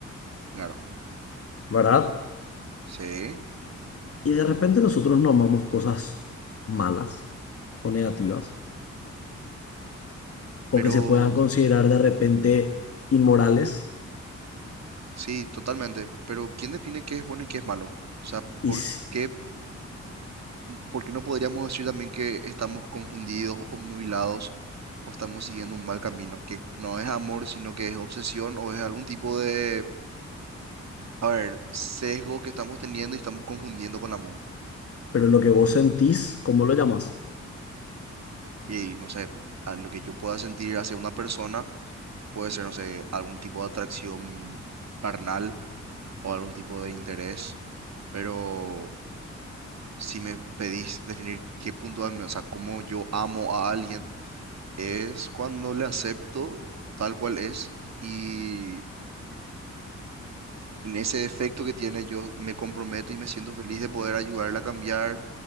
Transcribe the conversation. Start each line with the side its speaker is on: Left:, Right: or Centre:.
Right: Claro,
Left: ¿verdad?
Right: sí,
Left: Y de repente nosotros no amamos cosas malas o negativas
Right: pero
Left: o que se puedan considerar de repente inmorales,
Right: sí, totalmente. Pero ¿quién define qué es bueno y qué es malo? O sea,
Left: y,
Right: ¿por
Left: s-
Right: qué, por qué no podríamos decir también que estamos confundidos, obnubilados o estamos siguiendo un mal camino? Que no es amor, sino que es obsesión o es algún tipo de, a ver, sesgo que estamos teniendo y estamos confundiendo con el amor.
Left: pero lo que vos sentís, ¿cómo lo llamas?
Right: Y no sé, a lo que yo pueda sentir hacia una persona Puede ser, no sé, algún tipo de atracción carnal o algún tipo de interés, pero si me pedís definir qué punto, darme, o sea, cómo yo amo a alguien, es cuando le acepto tal cual es y en ese defecto que tiene yo me comprometo y me siento feliz de poder ayudarle a cambiar